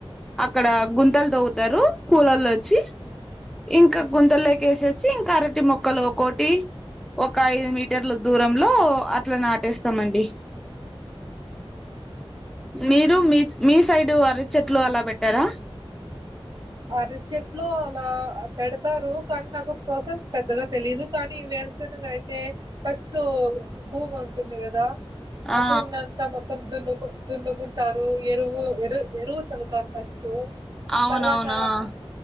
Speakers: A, in the centre; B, on the right.
A: అక్కడ గుంతలు తో ద్దారు కూలాల్లో వచ్చి
B: ఉమ్,
A: ఇంకా
B: ఉమ్.
A: గుంతల్లోకేసే సి ఇంకారటి మో క్క లోకోటి ఒక ఐదు మీటర్ల దూరంలో అట్లా నాటేస్తామండి మీరు మీ మీ సైడ్ అర చెట్లు అలా పెట్టారా
B: అర చెట్లు అలా పెడతారు కానీ నాకు ప్రాసెస్ పెద్దగా తెలిదు కానీ వేరుసనగా అయితే ఫస్ట్ భూమి ఉంటుంది కదా
A: ఆ
B: అబూ నంతా మొత్తం దను తుండుకుంటారు ఎరువు ఎరు ఎరువు చలువుతారు ఫస్ట్ టు
A: అవునవునా
B: తర్వాత
A: ఆ